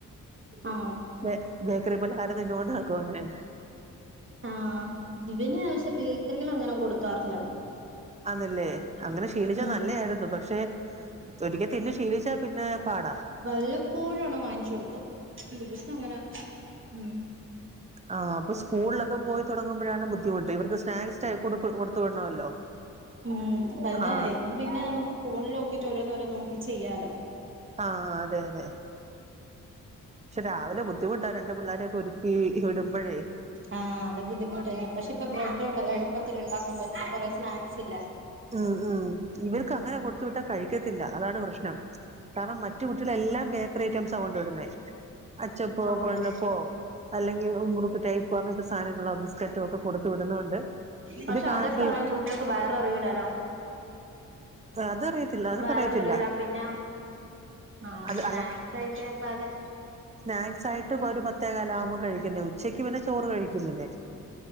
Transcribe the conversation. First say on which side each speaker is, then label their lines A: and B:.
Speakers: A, on the right; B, on the right.
A: ആഹ്
B: ബെ ബേക്കറി പലഹാരം തിന്നോണ്ട് നടക്കും അങ്ങനേണ്.
A: ആഹ് ഇവന്ക്ഷേ ബേക്കറി കള് അങ്ങനെ കൊടുക്കാറില്ല മ്മള്.
B: ആണ്ല്ലേ അങ്ങനെ ശീലിച്ചാ
A: ഉം
B: നല്ലായിര്ന്നു. പ ക്ഷെ ഒരിക്കതിന്ന് ശീലിച്ചാ പിന്നെ പാടാ.
A: വല്ലപ്പോഴും ആണ് വാങ്ങിച്ചൊട്ക്ക ദിവസം ങ്ങനെ ഉം.
B: ആഹ് അപ്പൊ സ്കൂളിലൊക്കെ പോയി തുടങ്ങുമ്പോഴാണ് ബുദ്ധിമുട്ട് ഇവർക്ക് സ്നാക്സ് ടൈ കൊടുത്ത് കൊടുത്തു വിടണമല്ലോ.
A: ഉം അതന്നെ
B: ആ
A: ഇപ്പം പിന്നെ നമ്മക്ക് ഫോണില് നോക്കിട്ട് ഓരോന്നോരോനോക്കി ചെയ്യാലോ.
B: ആഹ് അതെ അതെ. പക്ഷെ രാവിലെ ബുദ്ധിമുട്ടാണ് രണ്ട് പിള്ളാരെയൊക്കെ ഒരുക്കി വിടുമ്പഴേ.
A: ആഹ് അത് ബുദ്ധിമുട്ട്ന്നെ പക്ഷെ ഇപ്പൊ ബ്രെഡോണ്ടൊക്കെ എളുപ്പത്തില്ണ്ടാക്കാൻ പറ്റ്ന്ന കൊറെേ സ്നാക്സ് ഇല്ലേ.
B: ആഹ് ആഹ് ഇവർക്ക് അങ്ങനെ കൊടുത്തു വിട്ടാ കഴിക്കത്തില്ല അതാണ് പ്രശ്നം. കാരണം മറ്റ് കുട്ടികള് എല്ലാം ബേക്കറി ഐറ്റംസാ കൊണ്ടുവരുന്നെ അച്ചപ്പോ,
A: ഉം
B: കൊഴലപ്പോ. അല്ലെങ്കി മുറുക്ക് ടൈപ്പ് അങ്ങൻത്തെ സാധനങ്ങളോ ബിസ്ക്കറ്റോ ഒക്കെ കൊടുത്ത് വിടുന്നോണ്ട്.
A: പക്ഷെ
B: ഇത് കാണുമ്പോ
A: അതൊക്കെയാകുട്ട്യാൾക്ക് വയറാറിയൂലേലോ.
B: അതറിയത്തില്ല അതറിയത്തില്ല
A: വയറ് നിറയൂല പിന്ന ആഹ്
B: അത്
A: സ്നാക്സായിട്ട് ഇപ്പതെ
B: സ്നാക്സായിട്ട് ഒരു പത്തേ കാലാകുമ്പോ കഴിക്കുന്നേ ഉച്ചയ്ക്ക് പിന്നെ ചോറ് കഴിക്കും പിന്നെ.